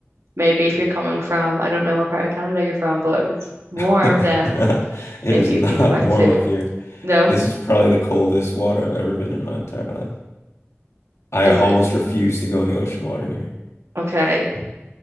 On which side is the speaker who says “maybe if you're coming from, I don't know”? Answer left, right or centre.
Right